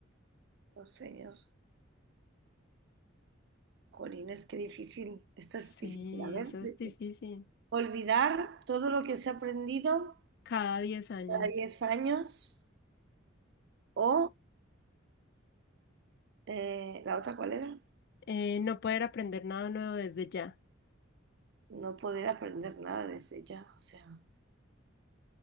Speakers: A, on the right; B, on the left.
A: Oh, señor. Corines, qué difícil. Esta
B: Sí,
A: es difícil. A ver,
B: eso es
A: de-
B: difícil.
A: olvidar todo lo que se ha aprendido
B: Cada 10 años.
A: cada 10 años o eh, la otra, ¿cuál era?
B: Eh, no poder aprender nada nuevo desde ya.
A: No poder aprender nada desde ya. O sea,